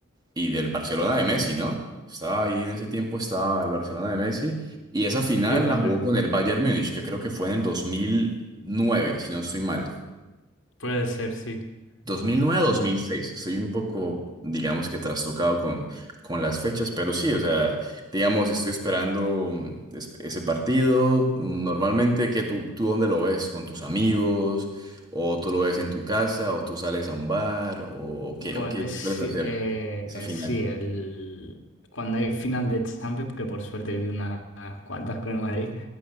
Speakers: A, on the right; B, on the left.
A: y del Barcelona de Messi, ¿no? Estaba ahí en ese tiempo, estaba el Barcelona de Messi. Y esa final
B: Sí, hombre.
A: la jugó con el Bayern Múnich, que creo que fue en el 2009, si no estoy mal.
B: Puede ser, sí.
A: 2009-2006.
B: Eh,
A: Estoy un poco, digamos que trastocado con, con las fechas, pero sí, o sea, digamos, estoy esperando mm, es- ese partido. Mm, Normalmente, que tú, ¿tú dónde lo ves? ¿Con tus amigos? ¿O tú lo ves en tu casa? ¿O tú sales a un bar? ¿O qué,
B: Pues
A: o qué
B: eh, sí,
A: sueles hacer
B: eh,
A: esa
B: eh,
A: final?
B: sí, el, cuando hay final de Champions, que por suerte he vivido unas cuantas con el Madrid,